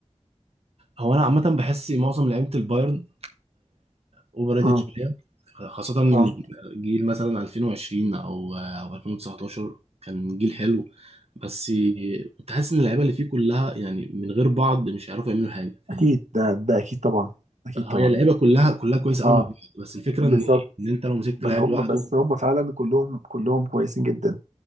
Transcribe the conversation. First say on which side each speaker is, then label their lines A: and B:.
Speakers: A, on the right; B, on the right.
A: هو انا عامه بحس معظم لعيبه البايرن اوفر ريتد
B: امم
A: شويه خاصه
B: اه
A: الجيل مثلا 2020 او آه، او 2019 كان جيل حلو بس كنت حاسس ان اللعيبه اللي فيه كلها يعني من غير بعض مش هيعرفوا يعملوا حاجه فاهمني
B: أكيد ده ده أكيد طبعا أكيد
A: فهي
B: طبعا
A: اللعيبه كلها كلها كويسه قوي
B: اه
A: مع بعض بس الفكره
B: بالظبط
A: ان ان انت لو مسكت
B: بس
A: لعيب
B: هم
A: لوحده
B: بس هم فعلا كلهم كلهم كويسين جدا